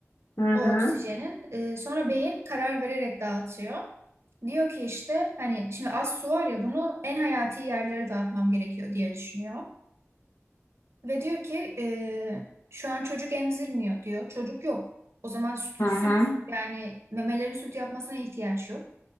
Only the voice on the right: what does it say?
o oksijenin. Ee, sonra beyin karar vererek dağıtıyor. Diyor ki işte hani şimdi az su var ya bunu en hayati yerlere dağıtmam gerekiyor diye düşünüyor. Ve diyor ki e, şu an çocuk emzirmiyor diyor. Çocuk yok. O zaman süt,
süt yani memelerin süt yapmasına ihtiyaç yok.